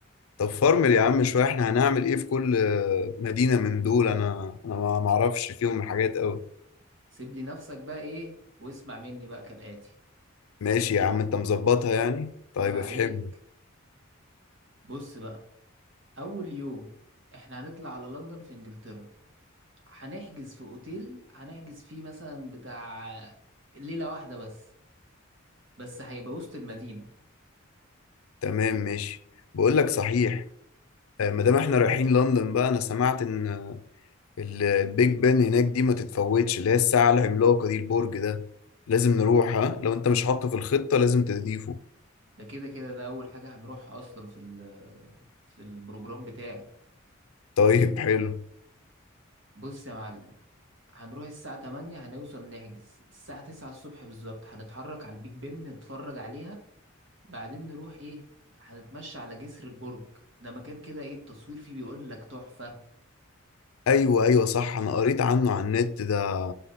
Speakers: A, on the left; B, on the right.
A: طب فرمل يا عم شوية احنا هنعمل ايه في كل آه، مدينة من دول انا انا ما ما اعرفش فيهم حاجات قوي
B: سيب لي نفسك بقى إيه واسمع مني بقى كالآتي
A: ماشي يا عم انت مظبطها يعني طيب
B: عيب عليك
A: افهمني
B: بص بقى أول يوم إحنا هنطلع على لندن في إنجلترا هنحجز في أوتيل هنحجز فيه مثلا بتاع ليلة واحدة بس بس هيبقى وسط المدينة
A: تمام ماشي بقول لك صحيح آه، ما دام احنا رايحين لندن بقى انا سمعت ان آه، ال- البيج بان هناك دي ما تتفوتش اللي هي الساعة العملاقة دي البرج ده لازم نروح ها لو انت مش حاطه في الخطة لازم تضيفه
B: ده كده كده ده أول حاجة هنروحها أصلا في ال في البروجرام بتاعي
A: طيب حلو
B: بص يا معلم هنروح الساعة 8 هنوصل نحجز الساعة 9 الصبح بالظبط هنتحرك على البيج بن نتفرج عليها بعدين نروح إيه هنتمشى على جسر البرج ده مكان كده إيه التصوير فيه بيقول لك تحفة
A: ايوه ايوه صح انا قريت عنه على النت ده